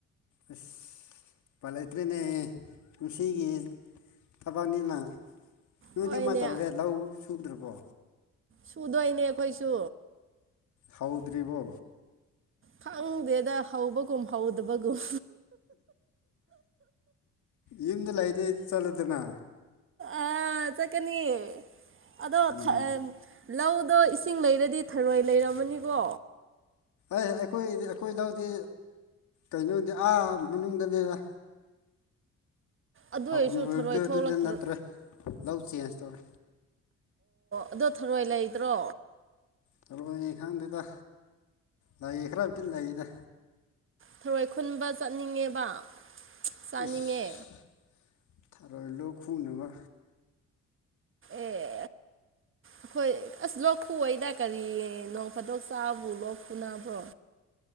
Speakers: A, on the left (about 75°); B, on the right (about 45°).
A: ꯑꯁ ꯎꯄꯥꯜ ꯂꯩꯇ꯭ꯔꯦꯅꯦ ꯄꯨꯟꯁꯤꯒꯤ ꯊꯕꯛꯅꯤꯅ ꯅꯣꯏꯗꯤ
B: ꯍꯣꯏꯅꯦ
A: ꯀꯃꯥꯏ ꯇꯧꯔꯒꯦ ꯂꯧ ꯁꯨꯗ꯭ꯔꯥꯕꯣ
B: ꯁꯨꯗꯣꯏꯅꯦ ꯑꯈꯣꯏꯁꯨ
A: ꯍꯧꯗ꯭ꯔꯤꯕꯣ
B: ꯈꯪꯗꯦꯗ ꯍꯧꯕꯒꯨꯝ ꯍꯧꯗꯕꯒꯨꯝ
A: ꯌꯨꯝꯗ ꯂꯩꯗꯤ ꯆꯠꯂꯨꯗꯅ
B: ꯑ ꯆꯠꯀꯅꯤ ꯑꯗꯣ
A: ꯎꯝ
B: ꯊꯥ ꯑꯦꯝ ꯂꯧꯗꯣ ꯏꯁꯤꯡ ꯂꯩꯔꯗꯤ ꯊꯔꯣꯏ ꯂꯩꯔꯝꯃꯅꯤꯀꯣ
A: ꯑꯩ ꯑꯩꯈꯣꯏꯗꯤ ꯑꯩꯈꯣꯏ ꯂꯧꯗꯤ ꯀꯩꯅꯣꯗꯤ ꯑꯥ ꯃꯅꯨꯡꯗ ꯅꯦꯗ
B: ꯑꯗꯨ
A: ꯍꯥꯎꯀꯨꯝ
B: ꯑꯣꯏꯔꯁꯨ
A: ꯂꯣꯏꯕꯗꯨ
B: ꯊꯔꯣꯏ ꯊꯣꯛꯂꯛꯇ꯭ꯔ
A: ꯑꯗꯨꯗ ꯅꯠꯇ꯭ꯔꯦ ꯂꯧ ꯆꯦꯟꯖ ꯇꯧꯔꯦ
B: ꯑꯗꫭ ꯊꯔꯣꯏ ꯂꯩꯇ꯭ꯔꯣ꯫
A: ꯊꯔꯣꯏ ꯈꯪꯗꯦꯗ ꯂꯩ ꯈꯔꯕꯨꯗꯤ ꯂꯩꯌꯦꯗ
B: ꯊꯔꯣꯏ ꯈꯨꯟꯕ ꯆꯠꯅꯤꯡꯉꯦꯕ ꯆꯥꯅꯤꯡꯉꯦ
A: ꯏꯁ ꯊꯔꯣꯏ ꯂꯣꯛ ꯈꯨꯅꯕ
B: ꯑꯦ ꯑꯈꯣꯏ ꯑꯁ ꯂꯣꯛ ꯈꯨꯋꫭꯏꯗ ꯀꯔꯤ ꯅꯣꯡ ꯐꯥꯗꯣꯛ ꯆꯥꯕꯕꯨ ꯂꯣꯛ ꯈꯨꯨꯅꯕ꯭ꯔꯣ